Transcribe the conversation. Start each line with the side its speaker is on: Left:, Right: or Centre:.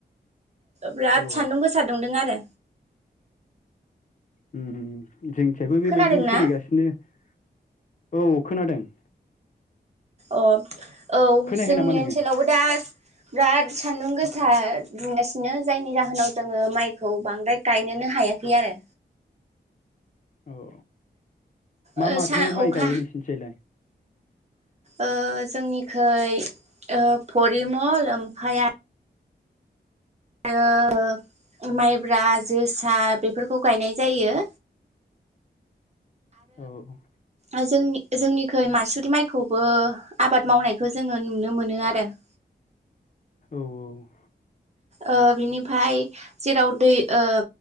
Right: बिराद
Left: औ
Right: सान्दुं गोसा दुंदों आरो
Left: उम जोंनिथिंजायबो बेबायदिनो
Right: खोनादोंना
Left: सोलिगासिनो। औ खोनादों।
Right: अ औ
Left: खोनायाखै
Right: जोंनि
Left: नामा नोङो
Right: ओनसोलावबो दा बिराद सान्दुं गोसा बुंगासिनो जायनि जाहोनाव जोङो माइखौ बांद्राय गायनोनो हायाखै आरो
Left: औ मा
Right: ओ
Left: माथो
Right: सा
Left: माइ
Right: अखा
Left: गायो नोंसिनि थिंलाय।
Right: ओ जोंनिखाय परिमल ओमफ्राय आरो‌। <unintelligible> माइब्रा जोसा बेफोरखौ गायनाय जायो।
Left: औ औ।
Right: आ जोंनि जोंनिखै मासुरि माइखौबो आबाद मावनायखौ जोङो नुनो मोनो आरो <inaudible>
Left: औ औ।
Right: ओ बिनिफाय जेराव दै ओ